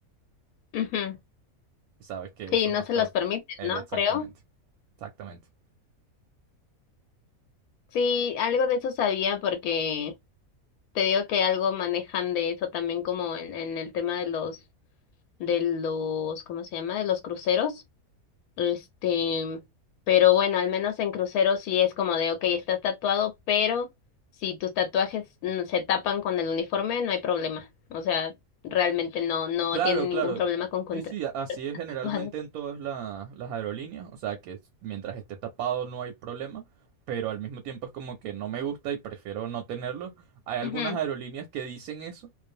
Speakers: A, on the left; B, on the right.
A: Ujú.
B: Y sabes que
A: Sí,
B: eso
A: no
B: no está...
A: se los permiten,
B: eh,
A: ¿no?
B: exactamente,
A: Creo.
B: exactamente.
A: Sí, algo de eso sabía porque te digo que algo manejan de eso también como en, en el tema de los, de los, ¿cómo se llama? De los cruceros. Este, pero bueno, al menos en cruceros sí es como de, ok, estás tatuado, pero si tus tatuajes mm, se tapan con el uniforme, no hay problema. O sea, realmente no, no
B: Claro,
A: tienen ningún
B: claro.
A: problema con
B: Sí, sí, a- así es
A: contratatuados.
B: generalmente en todas la- las aerolíneas. O sea, que s- mientras esté tapado no hay problema, pero al mismo tiempo es como que no me gusta y prefiero no tenerlo. Hay algunas
A: Ujú,
B: aerolíneas que dicen eso,